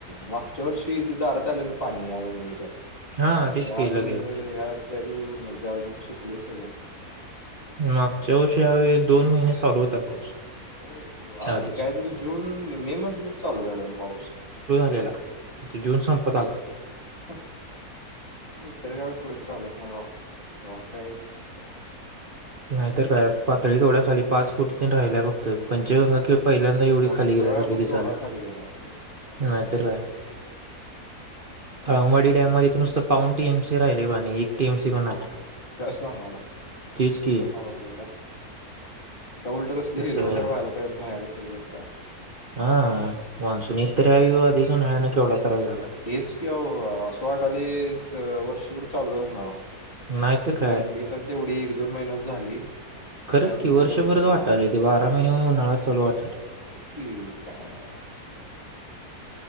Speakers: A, on the left; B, on the right.
A: मागच्या वर्षी तर दारात आलेलं पाणी या वरे हच्यात.
B: हा
A: आणि
B: तेच की
A: आज
B: लगेच
A: या त्या अजून सुकलंय सगळ.
B: मागच्या वर्षी ह्या वेळी दोन महिने चालू होता पाऊस.
A: हम, जु काहीतरी
B: आधीच
A: जून, मे मधंनच चालू झालेला पाऊस.
B: लेला, आता जुन संपत आला.
A: हं निसर्गा पुढं चालत नाही बा केव्हा काय होईल सांगता येत नाही.
B: नाही तर काय पातळी केवढ्या खाली पाच फूट तेन राहिल्या फक
A: नाही
B: क्त
A: होय
B: पंचगंगा की पहिल्यांदा एवढी
A: रंकाळा
B: खाली गेल्यासारख्या
A: पण केवढा
B: दिसायल्या
A: खाली गेला पंचगंगा
B: नाही तर अ काळमळी डॅम मध्यी त नुसतं पाऊन टी एम सी राहिले पाणी, एक टी एम सी पण नाही.
A: काय सांगालाय?
B: तेच की
A: अवघड हाय. आता उलटं कसलं
B: कसं
A: हिरवं गार व्हायला पाहिजे बाहेर सगळं आता.
B: हा मान्सून
A: नेचर
B: एकतर ह्यवेळी, आधीच उन्हाळ्यानं केवढा त्रास झाला.
A: तेच कि आओ असं वाटायलंय वर्षभर चालूचं आहे उन्हाळा.
B: नाहीत क
A: थंडी पण तेवढी एक, दोन महिनाच झाली.
B: खरंच
A: त्यानंतर
B: की वर्षभरच
A: परत उन्हाळा.
B: वाटायलंय ते बारा महिने उन्हाळा चालू वाटल.
A: खरंच की काय, अवघड हाय.